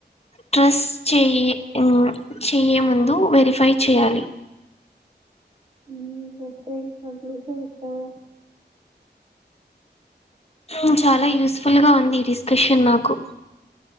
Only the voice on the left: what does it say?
ట్రస్ చెయ్యే ఉహ్ చేయే ముందు వెరిఫై చేయాలి.
ఉ చాలా యూజస్ఫుల్ గా ఉంది డిస్కషన్ నాకు